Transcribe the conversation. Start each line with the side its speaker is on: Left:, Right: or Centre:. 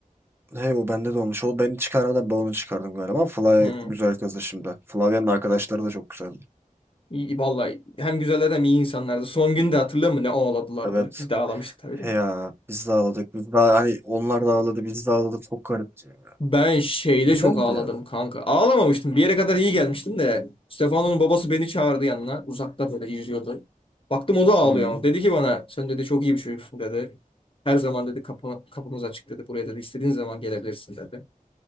Right: Hey o bende de olmuş. O beni çıkarmadan ben onu çıkardım galiba. Ama Flavia
Left: Hı.
Right: güzel kızdı şimdi. Flavia'nın arkadaşları da çok güzeldi.
Left: İyi, vallahi hem güzeller hem iyi insanlardı. Son gün de hatırlıyor musun ne ağladılardı?
Right: Evet.
Left: Biz de ağlamıştık tabii
Right: He
Left: de.
Right: ya biz de ağladık. Biz de hani onlar da ağladı biz de ağladık. Çok garipti. ya.
Left: Ben şeyde
Right: Güzeldi
Left: çok ağladım
Right: ya.
Left: kanka. Ağlamamıştım. Bir yere kadar iyi gelmiştim de. Stefano'nun babası beni çağırdı yanına. Uzakta böyle yüzüyordu. Baktım o da ağlıyor.
Right: Hı.
Left: Dedi ki bana sen dedi çok iyi bir çocuksun dedi. Her zaman dedi kapı, kapımız açık dedi. Buraya dedi istediğin zaman gelebilirsin dedi.